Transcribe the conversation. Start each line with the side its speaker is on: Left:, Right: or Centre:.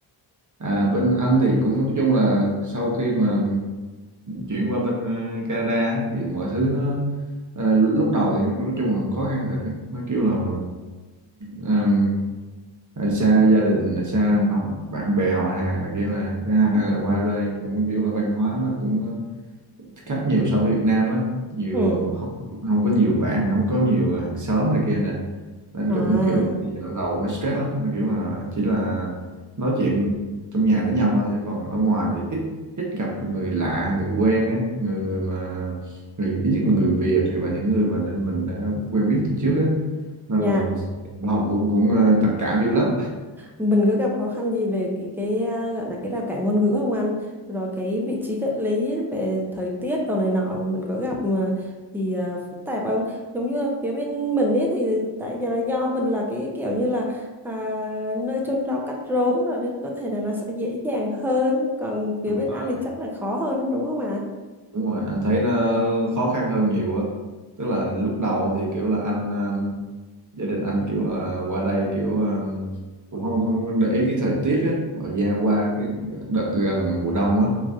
Right: À, bên Anh thì cũng nói chung là sau khi mà chuyển qua bên ờ, Canada á, thì mọi thứ nó ờ, lúc đầu thì nói chung là khó khăn thật á. Nó kêu là ừm, ờ, xa gia đình xa họ- bạn bè họ hàng này kia là thứ hai là qua đây cũng kiểu là văn hóa nó cũng ờ, khác nhiều so với Việt Nam á nhiều
Centre: Ừ.
Right: không không có nhiều bạn không có nhiều hàng xóm này kia nè nên
Centre: À,
Right: cũng kiểu lúc đầu stress lắm nó kiểu là chỉ là nói chuyện trong nhà với nhau thôi chứ còn ở ngoài thì ít ít gặp được người lạ người quen á người người mà người ít nhất là người Việt hoặc là những người mà đã, mình đã quen biết từ trước á nên
Centre: dạ.
Right: là học cũng cũng ờ, trầm cảm dữ lắm
Centre: mình có gặp khó khăn gì về cái cái à, gọi là cái rào cản ngôn ngữ không anh rồi cái vị trí địa lý về thời tiết đồ này nọ mình có gặp mà thì à, phức tạp không giống như phía bên mình ấy thì tại do do mình là cái kiểu như là à, nơi chôn rau cắt rốn rồi nên có thể là nó sẽ dễ dàng hơn còn phía
Right: đúng
Centre: bên
Right: rồi
Centre: anh thì chắc là khó hơn đúng không ạ
Right: đúng rồi anh thấy nó khó khăn hơn nhiều á tức là lúc đầu thì kiểu là anh um, gia đình anh kiểu là qua đây kiểu um, cũng không không để ý cái thời tiết á mà ra qua cái đợt gần mùa đông á